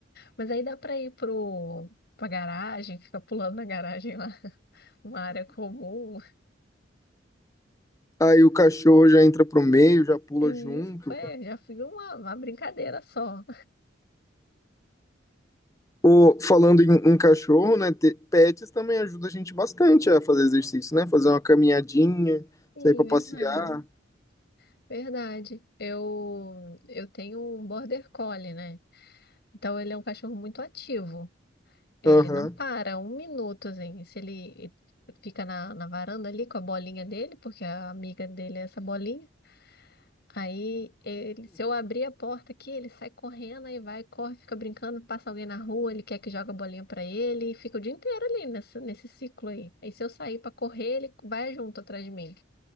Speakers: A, on the left; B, on the left.
A: Mas aí dá pra ir pro pra garagem, fica pulando na garagem lá, uma área comum,
B: Aí o cachorro já entra pro meio, já pula
A: Isso,
B: junto.
A: é, já fui uma, uma brincadeira só.
B: O, falando em, em cachorro, né? ter- pets também ajuda a gente bastante a fazer exercício, né? Fazer uma caminhadinha,
A: Sim,
B: sair pra
A: verdade.
B: passear.
A: Verdade. Eu, eu tenho um Border Collie, né? Então ele é um cachorro muito ativo. Ele
B: Aham.
A: não para um minuto, assim. Se ele fica na, na varanda ali com a bolinha dele, porque a amiga dele é essa bolinha. Aí, ele, se eu abrir a porta aqui, ele sai correndo, aí vai, corre, fica brincando, passa alguém na rua, ele quer que joga a bolinha pra ele, e fica o dia inteiro ali nessa, nesse ciclo aí. Aí, se eu sair pra correr, ele vai junto atrás de mim.